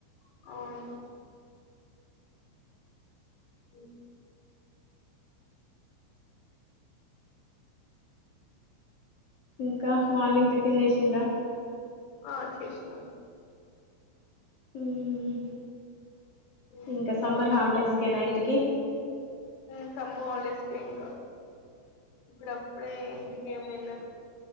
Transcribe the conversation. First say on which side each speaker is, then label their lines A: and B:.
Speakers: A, on the left; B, on the left.
A: అవును ఊ
B: ఇంకా మార్నింగ్ టిఫిన్ చేసిండ్రా
A: ఆ చేషినాం
B: ఉమ్
A: ఉమ్.
B: ఇంక సమ్మర్ హాలిడేస్ కేనా ఇంటికి
A: ఊ సమ్మూ హాలిడేస్ కే ఇంకా ఇప్పుడ ప్పుడే ఇంటికే వెళ్ళన్